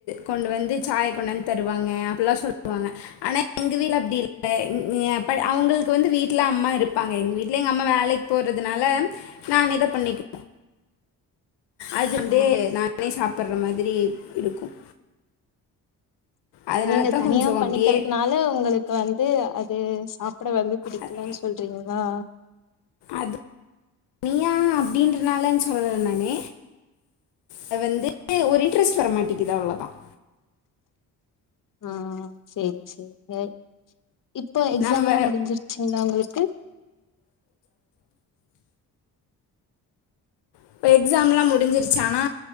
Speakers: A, on the left; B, on the left.
A: கொண்டு வந்து சாய் கொண்டு வந்து தருவாங்க அப்டில்லாம் சொல்லுவாங்க ஆனா எங்கள் வீட்ல அப்டி இல்ல எ அப்ப அவங்களுக்கு வந்து வீட்ல அம்மா இருப்பாங்க எங்க வீட்ல எங்க அம்மா வேலைக்கு போறதுனால நான்தா பண்ணிக்கு அது வந்து
B: ஆ
A: நானே சாப்டுற மாரி இருக்கும் அதனால
B: நீங்க
A: தான்
B: தனியா
A: கொஞ்சம்
B: பண்ணிக்கிறதுனால
A: அப்படியே
B: உங்களுக்கு வந்து அது சாப்பிட வந்து பிடிக்கலனு
A: அது
B: சொல்றீங்களா
A: அது தனியா அப்டின்றனால சொல்லல நானு அத வந்து ஒரு இன்ட்ரெஸ்ட் வர மாட்டேக்குது அவ்ளோதான்
B: ஆ செரி செரி செர் இப்போ எக்ஸாம்
A: நம்ம
B: எல்லாம் முடிஞ்சிருச்சுங்களா உங்களுக்கு
A: இப்போ எக்ஸாம் எல்லாம் முடிஞ்சிருச்சு ஆனா